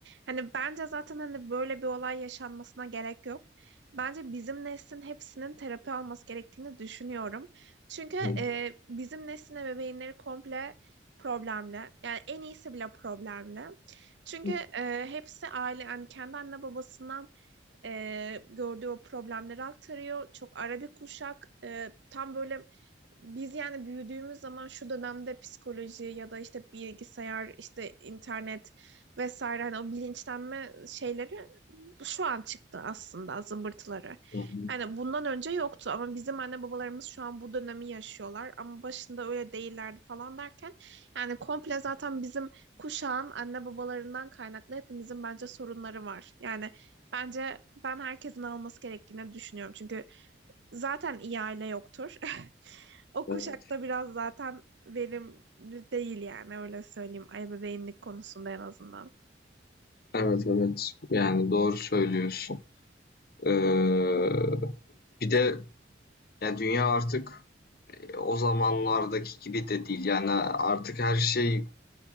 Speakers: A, on the right; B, on the left.
A: Hani bence zaten hani böyle bir olay yaşanmasına gerek yok. Bence bizim neslin hepsinin terapi alması gerektiğini düşünüyorum. Çünkü
B: Hı
A: e, bizim neslin ebeveynleri komple problemli. Yani en iyisi bile problemli. Çünkü
B: hı
A: e, hepsi aile yani kendi anne babasından e, gördüğü o problemleri aktarıyor. Çok ara bir kuşak e, tam böyle biz yani büyüdüğümüz zaman şu dönemde psikoloji ya da işte bilgisayar, işte internet vesaire hani o bilinçlenme şeyleri şu an çıktı aslında zımbırtıları.
B: hı hı.
A: Yani bundan önce yoktu ama bizim anne babalarımız şu an bu dönemi yaşıyorlar ama başında öyle değillerdi falan derken yani komple zaten bizim kuşağın anne babalarından kaynaklı hepimizin bence sorunları var. Yani bence ben herkesin alması gerektiğini düşünüyorum. Çünkü zaten iyi aile yoktur. <laughs> O
B: Evet.
A: kuşakta biraz zaten verimli değil yani öyle söyleyeyim ebeveynlik konusunda en azından.
B: Evet evet. Yani doğru söylüyorsun. Eee, bir de yani dünya artık e, o zamanlardaki gibi de değil. Yani artık her şey